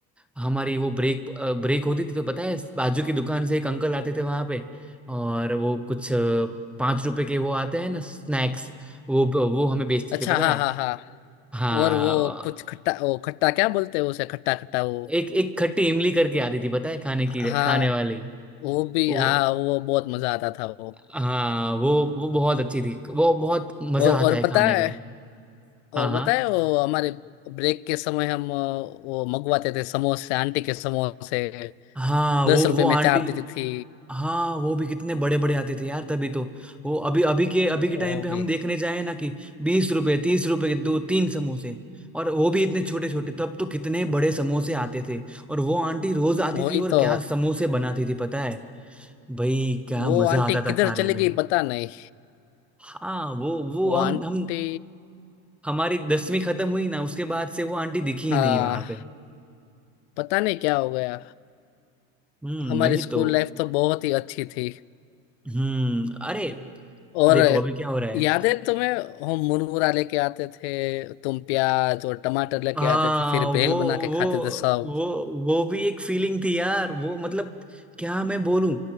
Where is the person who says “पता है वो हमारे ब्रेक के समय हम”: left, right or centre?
Left